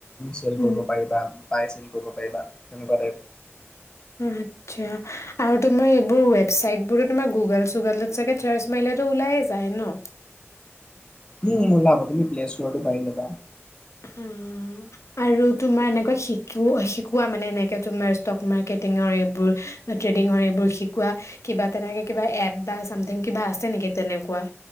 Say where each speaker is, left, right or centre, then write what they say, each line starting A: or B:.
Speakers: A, on the left; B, on the left.
A: চেল
B: উম,
A: কৰিব পাৰিবা, বাই-চেল কৰিব পাৰিবা। <unintelligible>
B: উম আচ্ছা আৰু তোমাৰ এইবোৰ ৱেবচাইট বোৰো তোমাৰ গুগল-চুগলত চাগে চাৰ্চ মাৰিলে টো ওলাইয়ে যায় ন?
A: হম্ ওলাব, তুমি প্লে ষ্ট'ৰটো পাৰি <unintelligible> পাৰা।
B: হম্ আৰু তোমাৰ এনেকৈ শিকা <unintelligible> শিকোৱা মানে এনেকে তোমাৰ ষ্টক মাৰ্কেটিঙৰ এপ বোৰ, ট্ৰেদিঙৰ এপ বোৰ শিকোৱা কিবা তেনেকে কিবা এপ বা চামথিং কিবা আছে নেকি তেনেকুৱা?